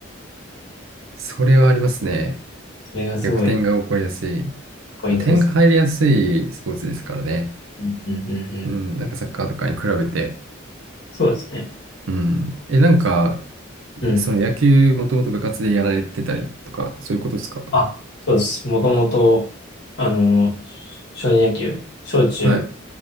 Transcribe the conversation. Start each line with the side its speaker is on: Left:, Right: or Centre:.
Right: それはありますね。
Left: それがすごい
Right: 逆転が起こりやすい。
Left: ポイントですね。
Right: まあ、点が入りやすいスポーツですからね。
Left: うんうんうんうん。
Right: うん。なんかサッカーとかに比べて。
Left: そうですね。
Right: うん。え、なんか、
Left: うん。
Right: その野球もともと部活でやられてたりとか、そういうことですか
Left: あ、そうです。もともと、あの、
Right: うん
Left: 少年野球、小中
Right: はい。